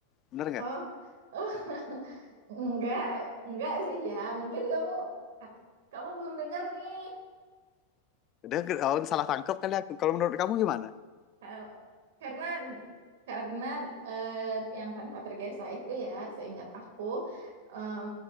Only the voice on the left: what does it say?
Bener nggak?
Dia ke- oh, salah tangkap kali aku. Kalau menurut kamu gimana?